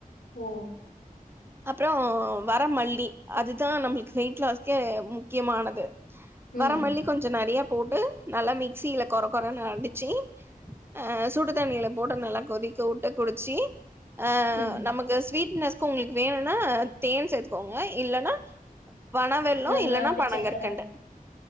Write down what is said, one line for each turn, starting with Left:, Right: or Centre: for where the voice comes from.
Left: ஓ
Right: அப்றோ வரமல்லி அதுதா நம்ளுக்கு வெயிட்லாஸ்கே முக்கியமானது
Left: ம்
Right: வரமல்லி கொஞ்சோ நறைய போட்டு நல்லா மிக்சில கொற கொறன்னு அடிச்சு அ சுடு தண்ணில போட்டு நல்லா கொதிக்க வுட்டு குடிச்சு அ
Left: ம்
Right: நமக்கு ஸ்வீட்னஸ்க் உங்களுக்கு வேணுனா தேன் சேத்துக்கோங்க இல்லன்னா பன வெல்லோ
Left: நா
Right: இல்லன்னா
Left: நாட்டு
Right: பனங்‌கற்கன்டு
Left: சக்கர